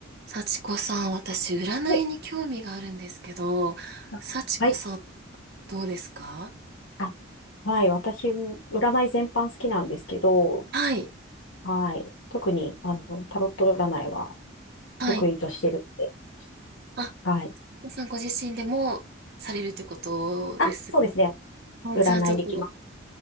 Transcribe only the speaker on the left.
はいあはい。
あ、はい。私、占い全般好きなんですけど、
はい。特に、あの、タロット占いは
得意としてるって。
はい。
あ、そうですね。
占いできます。